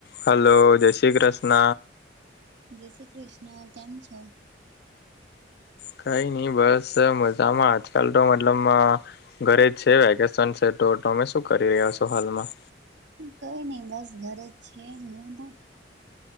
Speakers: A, on the left; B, on the right.
A: હલો જય શ્રી કૃષ્ણ
B: જે શ્રી કૃષ્ણ કેમ છ.
A: કઈ નઈ બસ મજામાં આજકાલ તો મતલબ ઘરે જ છે વેકેશન છે તો તમે શું કરી રહ્યા છો હાલમાં
B: કઈ નઈિ બસ ઘરે જ છે, અમને તો